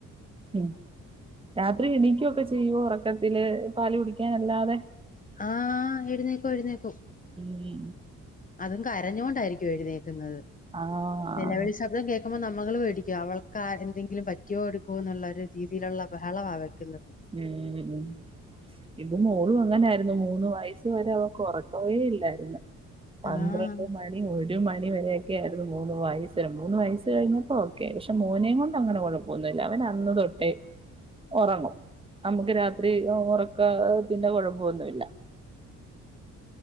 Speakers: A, on the right; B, on the left.
A: ഉം രാത്രി എണിക്കുവൊക്കെ ചെയ്യുവോ ഉറക്കത്തില് പാല് കുടിക്കാനല്ലാതെ
B: ആഹ് എഴുന്നേക്കുവെഴുന്നേക്കും
A: മ്മ്
B: അതും കരഞ്ഞോണ്ടായിരിക്കുവെഴുന്നേക്കുന്നത്
A: ആഹ്
B: നിലവിളി ശബ്ദം കേ ന്നമ്മങ്ങള് പേടിക്കും അവൾകാരെന്തെങ്കിലും പറ്റിയോ എടുക്കോന്നുള്ളൊരു രീതിയിലുള്ള ബഹളവാ വെക്കുന്നത്
A: മ്മ് ഇത് മോളുവങ്ങനായിരുന്നു മൂന്ന് വയസ് വരെ അവക്കൊറക്കവേ ഇല്ലായിരുന്നു പന്ത്രണ്ട്
B: ആഹ്
A: മണി ഒരു മണി വരെയക്കെ ആയിരുന്നു മൂന്ന് വയസിൽ മൂന്ന് വയസ്സ് കഴിഞ്ഞപ്പോ ഓക്കേ ക്കെ പശെ മോനേംകൊണ്ടങ്ങനെ കൊഴപ്പൊന്നുല്ല അവൻ അന്ന്തൊട്ടേ ഒറങ്ങും നമുക്ക് രാത്രി ഒ ഒറക്കത്തിന്റെ കുഴപ്പൊന്നുല്ല